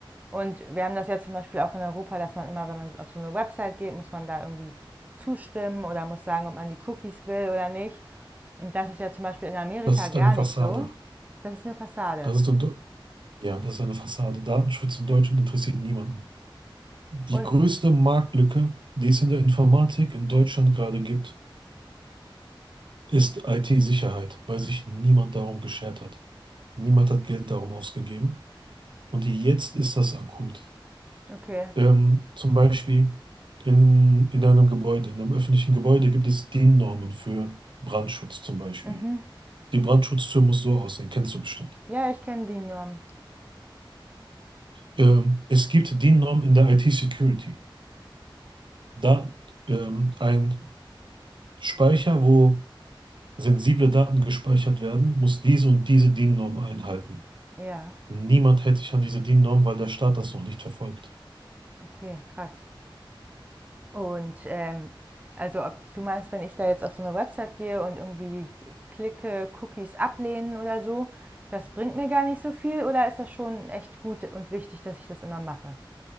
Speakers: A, on the right; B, on the right.
A: Und wir haben das ja zum Beispiel auch in Europa, dass man immer, wenn man auf so eine Website geht, muss man da irgendwie zustimmen oder muss sagen, ob man die Cookies will oder nicht. Und das ist ja zum Beispiel in Amerika
B: Das ist
A: gar
B: eine Fassade.
A: nicht so. Das ist eine Fassade.
B: Das ist unter, ja, das ist eine Fassade. Datenschutz in Deutschland interessiert niemanden. Die
A: Und,
B: größte Marktlücke, die es in der Informatik in Deutschland gerade gibt, ist IT-Sicherheit, weil sich niemand darum geschert hat. Niemand hat Geld darum ausgegeben. Und jetzt ist das akut.
A: okay.
B: Ähm, zum Beispiel in, in einem Gebäude, in einem öffentlichen Gebäude gibt es DIN-Normen für Brandschutz zum Beispiel.
A: Mhm.
B: Die Brandschutztür muss so aussehen, kennst du bestimmt.
A: Ja, ich kenne die Norm.
B: Ähm, es gibt DIN-Normen in der IT-Security. Da ähm, ein Speicher, wo sensible Daten gespeichert werden, muss diese und diese DIN-Norm einhalten.
A: Ja,
B: Niemand hält sich an diese DIN-Norm, weil der Staat das noch nicht verfolgt.
A: okay, krass. Und ähm, also ob du meinst, wenn ich da jetzt auf so eine Website gehe und irgendwie klicke, Cookies ablehnen oder so, das bringt mir gar nicht so viel oder ist das schon echt gut und wichtig, dass ich das immer mache?